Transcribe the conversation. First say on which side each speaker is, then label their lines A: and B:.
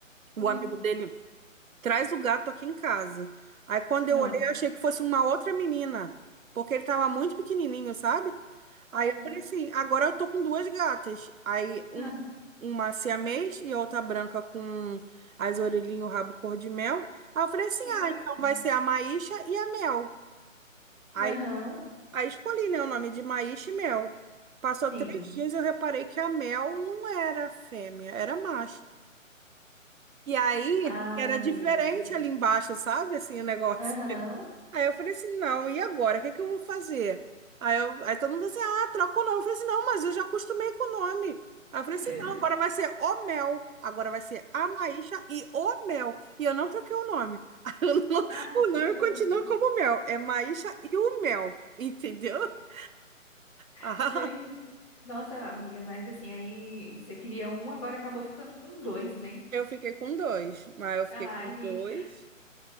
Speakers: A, on the right; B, on the left.
A: o
B: Hum.
A: amigo dele traz o gato aqui em casa. Aí quando
B: não
A: eu olhei, eu achei que fosse uma outra menina, porque ele tava muito pequenininho, sabe? Aí
B: Aham.
A: eu falei assim, agora eu tô com duas gatas. Aí um,
B: Aham.
A: uma siamês e a outra branca com as orelhinhas e o rabo cor de mel. Aí eu falei assim,
B: Que gracinha.
A: ah, então vai ser a Maíша e a Mel. Aí,
B: Aham.
A: aí escolhi, né, o nome de Maíша e Mel. Passou
B: Sim.
A: três dias e eu reparei que a Mel não era fêmea, era macho. E aí
B: Ai,
A: era diferente
B: eita.
A: ali embaixo, sabe? Assim, o negócio.
B: Aham.
A: Aí eu falei assim, não, e agora? O que que eu vou fazer? Aí, eu, aí todo mundo assim, ah, troca o nome. Eu falei assim, não, mas eu já acostumei com o nome. Aí eu falei
B: <laughs>
A: assim, não, agora vai ser O Mel. Agora vai ser A Maísa e O Mel. E eu não troquei o nome. <laughs> Aí o no-
B: Ai,
A: o
B: você
A: nome
B: deixou
A: continua
B: mesmo.
A: como Mel. É Maísa e o Mel, entendeu? <laughs> Ah,
B: Gente, nossa amiga, mas assim, aí você queria um, agora acabou ficando com dois, né?
A: eu fiquei com dois, mas eu fiquei
B: Ai,
A: com
B: gente.
A: dois.